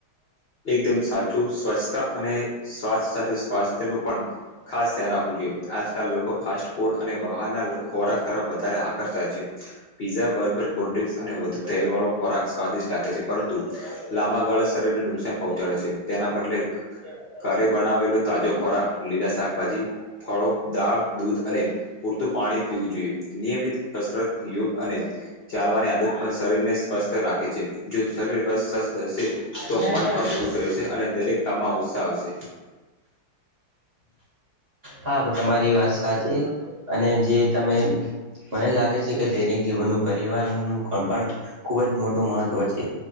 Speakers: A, on the left; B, on the right.
A: એકદમ સાચું સ્વચ્છતા અને. સ્વાસ્થ્ય સાથે સ્વાસ્થ્ય નું પણ ખાસ ધ્યાન રાખવું જોઈએ આજ. લોકો ફાસ્ટ ફાસટ અને બહાર ના ખોરાક તરફ વધારે આકર્ષાય છે પીઝા બર્ગર. અને વધ તેલ વાળો ખોરાક સ્વાદિષ્ટ લાગ છે પરંતુ. લાંબા ગાળે શરીરને નુકસાન પહોંચાડે છે તેના બદલે ઘરે બનાવેલું તાજો ખોરાક લીલા શાકભાજી ફળો દાળ દૂધ અને પૂરતું પાણી પીવું જોઈએ નિયમિત કસરત યોગ અને ચાલવાની આદત પણ શરીર ને સ્વસ્થ રાખે છે જો શરીર સ્વસ્થ
B: દરવાજા
A: તો મન પણ ખુશ રહેશે અને દરેક કામમાં ઉત્સાહ આવશે.
B: હા તમારી વાત સાચી અને જે તમે પહેલા લાગ કે દૈનિક જીવનનું પરિવાર ન પણ ખુબ જ મોટું મહત્વ છે.